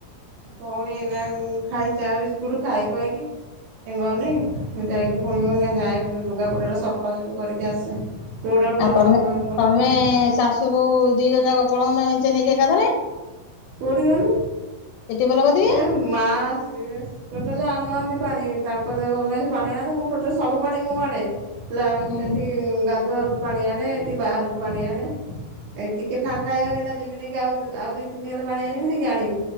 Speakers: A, on the right; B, on the left.
A: ଭଉଣୀ ଏଇନା ଖାଇ ଚା ବିସ୍କୁଟୁ ଖାଇ ଖୁଆଇକି ଏ ଗନି ଯାଇକି ପୁଣିି ଗୋଟେ ଯାଏ ଲୁଗାପଟା ଟା ସଫାସଫି କରିକି ଆସେ। ପୁଅଟାକୁ ଟ୍ୟୁସନ୍
B: ଆଉ ତମେ
A: ପଠା
B: ତମେ ଶାଶୁ ବୋହୂ ଦି ଜଣ ଯାକ ପଳାଉନ ମେଞ୍ଜେ ନେଇକି ଏକାଥରେ।
A: କୋଉଠି ଯବନି?
B: ସେ ଟ୍ୟୁବଲ କତିକି।
A: ଏ ମା ସିଏ ଟୋଟାଲୀ ଆମ ପାଣି ତାଙ୍କ ଦେହ ଭଲ ନାହିଁ। ସେ ପାଣି ଆଣେ ମୁଁ ଟୋଟାଲୀ ସବୁ ପାଣି ମୁଁ ଆଣେ। ଲା
B: ହୁଁ
A: ସେଠି ଗାଧୁଆରୁ ପାଣି ଆଣେ। ଏଠି ବାହାରୁ ପାଣି ଆଣେ। ଏଇ ଟିକେ ଫାଙ୍କା ହେଇଗଲେ ଏଇନା ଯିବି ନେଇକି ଆଉ ଦୁ ଆଉ ଦୁଇ ତିନିଆ ଲୋକ ପାଣି ଆଣିବିନି କି ଆଣିବି।